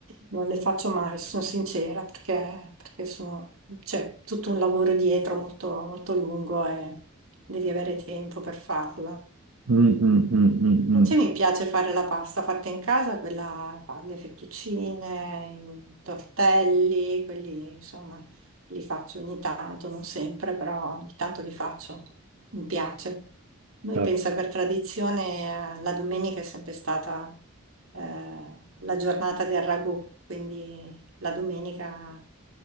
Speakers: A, on the right; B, on the right.
A: non le faccio mai, sono sincera, perché, perché sono- c'è tutto un lavoro dietro molto, molto lungo e devi avere tempo per farlo.
B: mm, mm, mm, mm,
A: Invece
B: mm.
A: mi piace fare la pasta fatta in casa, quella fa le fettuccine, i tortelli, quelli insomma li faccio ogni tanto, non sempre, però ogni tanto li faccio, mi piace. Noi
B: Ah,
A: pensa per tradizione eh, la domenica è sempre stata eh, la giornata del ragù, quindi la domenica a